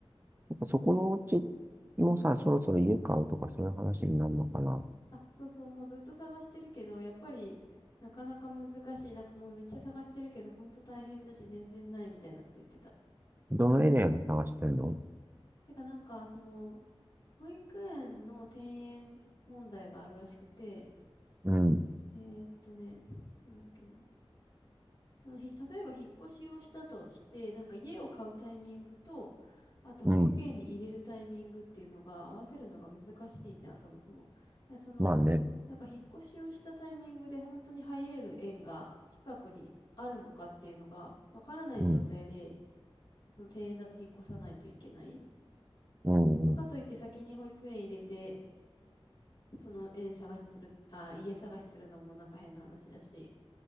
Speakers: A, on the right; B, on the left.
A: そこのお家もさ、そろそろ家買うとかそういう話になるのかな。
B: な。あ、そうそう、もうずっと探してるけど、やっぱりなかなか難しい。なんかもうめっちゃ探してるけど、ほんと大変だし、全然ないみたいなこと言ってた。
A: どのエリアで探してんの
B: てかなんか、その、保育園の転園問題があるらしくて、
A: うん、
B: えーっとね、なんだっけな。その、ひ例えば引っ越しをしたとして、なんか家を買うタイミングと、あと保育園に入れるタイミングっていうのが合わせるのが難しいじゃん、
A: うん。
B: そもそも。だその、
A: まあね。
B: なんか引っ越しをしたタイミングで本当に入れる園が近くにあるのかっていうのがわからない状態で、
A: うん、
B: その庭園だと引っ越さないといけない。
A: うん、
B: まあ、かといって先に保育園入れて、
A: うん。
B: その園探しする、あ、家探しするのもなんか変な話だし。